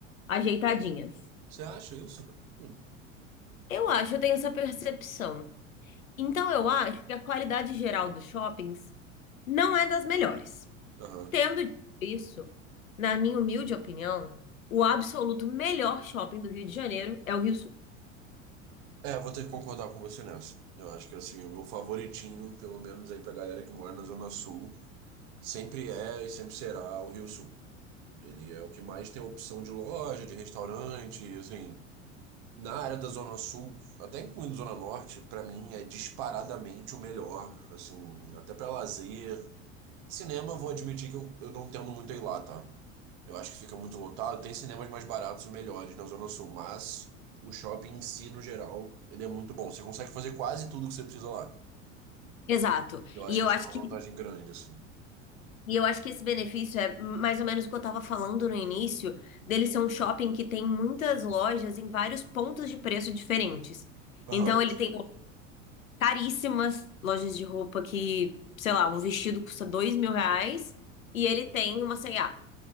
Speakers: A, on the left (about 85°); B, on the right (about 45°).
A: ajeitadinhas.
B: Você acha isso? Hum,
A: Eu acho, eu tenho essa percepção. Então eu acho que a qualidade geral dos shoppings não é das melhores.
B: Aham.
A: Tendo dito isso, na minha humilde opinião, o absoluto melhor shopping do Rio de Janeiro é o Rio
B: É, vou ter que concordar com você nessa. Eu acho que assim, o meu favoritinho, pelo menos aí pra galera que mora na Zona Sul, sempre é e sempre será o Rio Sul. Ele é o que mais tem opção de loja, de restaurante, assim. Na área da Zona Sul, até incluindo Zona Norte, pra mim é disparadamente o melhor, assim, até pra lazer, Cinema, eu vou admitir que eu, eu não tendo muito a ir lá, tá? Eu acho que fica muito lotado. Tem cinemas mais baratos e melhores na Zona Sul, mas o shopping em si, no geral, ele é muito bom. Você consegue fazer quase tudo que você precisa lá.
A: Exato.
B: Eu acho
A: E
B: que
A: eu
B: isso
A: acho
B: é uma
A: que,
B: vantagem grande, assim.
A: e eu acho que esse benefício é mais ou menos o que eu estava falando no início, dele ser um shopping que tem muitas lojas em vários pontos de preço diferentes.
B: Aham,
A: Então ele
B: sim.
A: tem caríssimas lojas de roupa que, sei lá, um vestido custa dois mil reais e ele tem uma C&A.